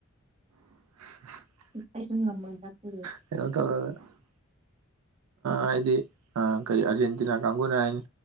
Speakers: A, on the right; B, on the right.
A: <unintelligible>
B: ꯑꯩꯁꯨꯝ ꯉꯝꯃ ꯆꯥꯛ <unintelligible>
A: <unintelligible> ꯍꯥꯏꯗꯤ ꯑ ꯀꯔꯤ ꯑꯔꯖꯦꯟꯇꯤꯅꯥ ꯀꯥꯡꯕꯨꯅ ꯍꯥꯏꯅ